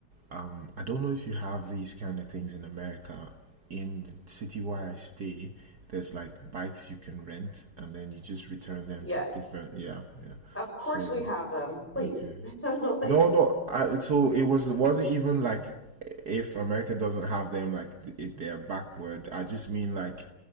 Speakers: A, on the right; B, in the centre.
A: um I don't know if you have these kind of things in America. In the city where I stay, there's like bikes you can rent and then you just return them
B: Yes,
A: to different yeah, yeah.
B: of course
A: So,
B: we have them. Please,
A: okay.
B: <laughs> like
A: No, no. I, so it was it wasn't even like if America doesn't have them, like it, they're backward. I just mean like